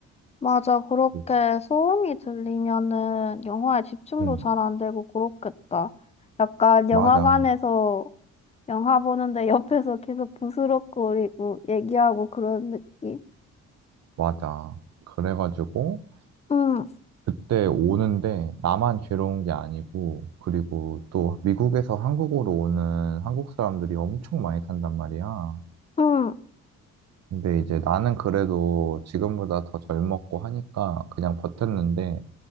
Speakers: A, on the left; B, on the right.
A: 맞아. 그렇게
B: 그게-
A: 소음이 들리면은 영화에 집중도
B: 응
A: 잘 안 되고 그렇겠다. 약간 영화관에서
B: 맞아
A: 영화 보는데 <laughs> 옆에서 계속 부스럭거리고 얘기하고 그런 느낌?
B: 맞아. 그래가지고
A: 응,
B: 그때 오는데 나만 괴로운 게 아니고 그리고 또 미국에서 한국으로 오는 한국 사람들이 엄청 많이 탄단 말이야.
A: 응,
B: 근데 이제 나는 그래도 지금보다 더 젊었고 하니까 그냥 버텼는데